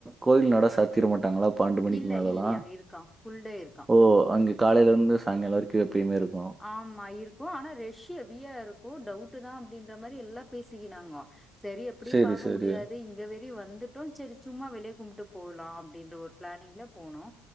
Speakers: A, on the right; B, in the centre.
A: கோயில் நடா சாத்திர மாட்டாங்ளா பாண்டு மணிக்கு
B: இல்ல
A: மேலலா
B: இல்லையா இருக்கா ஃபுல் டே இருக்கா
A: ஒ அங்கு காலைல இர்ந்து சாங்கால வரிக்கு எப்புயுமே இருக்கு
B: ஆம்மா இருக்கு ஆனா ரெஷ் எவியா இருக்கு டவுட்டு்தா அப்டின்ற மாரி எல்லா பேசிக்கினாங்கோ செரி எப்புடியு
A: சரி,
B: பாக்க
A: சரி.
B: முடியாது இங்க வெரியு வந்துட் டு செரி சும்மா வெளிய கும்ட்டு போலா அப்டின்ற ஒரு ப்ளேனிங்ல போனோ